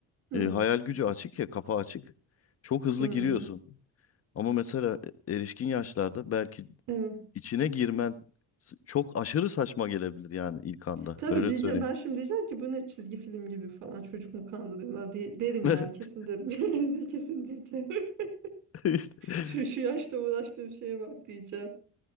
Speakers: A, on the right (about 60°); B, on the left (about 45°).
A: Hı.
B: e, hayal gücü açık ya kafa açık. Çok hızlı
A: Hı.
B: giriyorsun. Ama mesela e, erişkin yaşlarda belki
A: Evet.
B: içine girmen s- çok aşırı saçma gelebilir yani ilk anda.
A: Tabii
B: Öyle
A: diyeceğim
B: söyleyeyim.
A: ben şimdi diyeceğim ki bu ne çizgi film gibi falan çocuk mu kandırıyorlar diye derim
B: <laughs>
A: yani kesin derim <laughs> kesin diyeceğim. <laughs>
B: İşte.
A: Şu şu yaşta uğraştığım şeye bak diyeceğim.